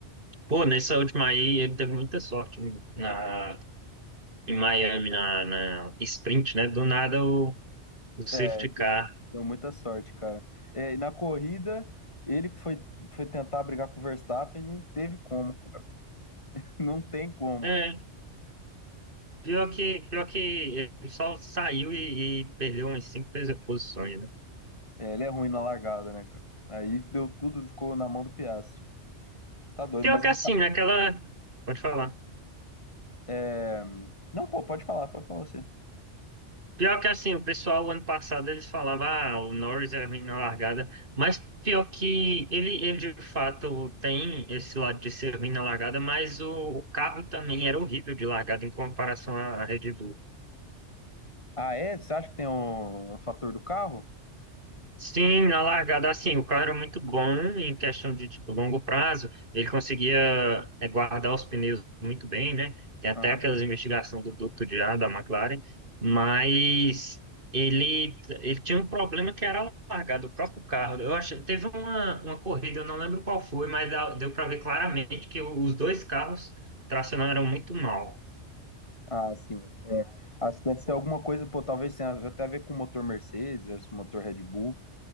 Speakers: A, on the right (about 45°); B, on the left (about 25°).
A: Pô, nessa última aí, ele teve muita sorte na, em Miami, na, na sprint, né? Do nada, o, o safety
B: É,
A: car.
B: deu muita sorte, cara. É, e na corrida, ele que foi, foi tentar brigar com o Verstappen, não teve como, cara. <laughs> Não tem como.
A: É, pior que, pior que ele só saiu e, e perdeu umas cinco posições, né?
B: É, ele é ruim na largada, né, cara? Aí deu tudo, ficou na mão do Piastri. Tá doido,
A: Pior
B: mas
A: que
B: esse
A: assim,
B: ca-
A: naquela... Pode falar.
B: é... Não, pô, pode falar, pode falar você.
A: Pior que assim, o pessoal ano passado eles falavam, ah, o Norris é ruim na largada, mas pior que ele, ele de fato tem esse lado de ser ruim na largada, mas o, o carro também era horrível de largada em comparação à Red Bull.
B: Ah, é? Você acha que tem um fator do carro?
A: Sim, na largada, assim, o cara era muito bom em questão de, tipo, longo prazo, ele conseguia eh, guardar os pneus muito bem, né? Tem até
B: Aham.
A: aquelas investigações do duto de ar da McLaren, mas ele, ele tinha um problema que era a largada, o próprio carro. Eu acho, teve uma, uma corrida, eu não lembro qual foi, mas dá- deu para ver claramente que o- os dois carros tracionaram muito mal.
B: Ah, sim. É. Acho que deve ser alguma coisa, pô, talvez tenha até a ver com o motor Mercedes versus o motor Red Bull,